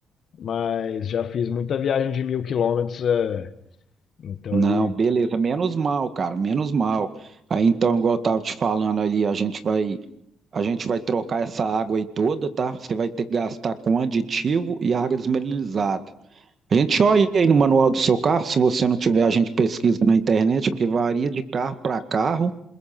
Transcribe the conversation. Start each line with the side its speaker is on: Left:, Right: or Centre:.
Left: mas já fiz muita viagem de mil quilômetros. é. Então
Right: Não,
Left: ele.
Right: beleza, menos mal, cara, menos mal. Aí então, igual eu tava te falando ali, a gente vai a gente vai trocar essa água aí toda, tá? Você vai ter que gastar com aditivo e água desmineralizada. A gente olha aí no manual do seu carro, se você não tiver, a gente pesquisa na internet, porque varia de carro para carro